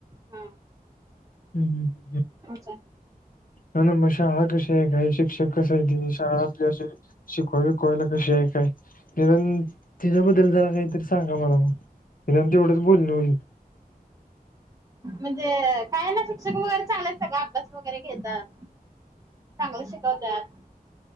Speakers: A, on the right (about 20°); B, on the left (about 65°).
A: हा
B: हं हं हं हं
A: ओके.
B: नाय नाय मग शाळा कशी आहे काय शिक्षक कसा आहे ती, शाळा असं आपली अशी हाय शिकु बिकु शिकवायला कशी हाय काय, निदान तिच्याबद्दल काहीतरी सांगा मला. निदान तेवढेच बोलणं होईल.
A: म्हणजे काय ना शिक्षक वगैरे चांगलाय सगळा अभ्यास वगैरे घेतात. चांगलं शिकवतात.